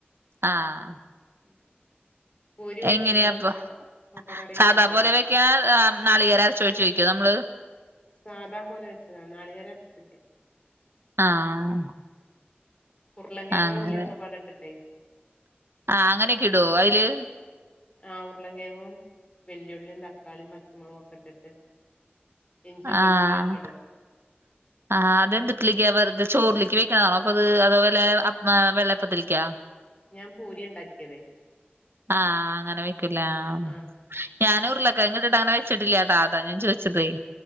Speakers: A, on the right; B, on the left.
A: ആഹ്
B: ഉം കോരി മരിച്ചാണ്ട്
A: എങ്ങനെയാപ്പൊ
B: മുട്ട മുട്ട കറി
A: സാദാ
B: ഉണ്ടാക്കി.
A: <unintelligible> നാളികേര ചോദിച്ചുോിക്കോ നമ്മള്
B: സാധാ പോലെ വെച്ചതാ നാളികര അരച്ചില്ല
A: ആഹ്
B: ഉരുളങ്കയും
A: അങ്ങനെ
B: ഉുള്ളിയും ഒക്കെ പാടെ ഇട്ടിട്ടേ
A: ആഹ് അങ്ങനെയൊക്കെ ഇടോ അതില്
B: ആഹ് ഉരുളം കേേങ്ങും വെല്ലിയുളിയും തക്കാളിയും പച്ചമുളും ഒക്കെ ഇട്ടിട്ട് ഇഞ്ചിയും വെളുത്തുള്ളിയും
A: ആഹ്
B: ഒക്കെ ഇടും
A: ആഹ് അതെന്തിട്ടിലേക്ക വെറ ചോറിലേക്ക് വെക്കണതാണോ അപ്പ അത് അതേപോലെ വെള്ളയപ്പത്തിലേക്കാ
B: ഞാൻ പൂരി ഉണ്ടാക്കിയതേ
A: ആഹ് അങ്ങന വെക്കുലേ അഹ്
B: ആ
A: ഞാന് ഉരുലൊക്കെങ്ങിട്ട അങ്ങനെച്ചിട്ടില്ലേട്ടാ ഞൻ ചോദിച്ചതേ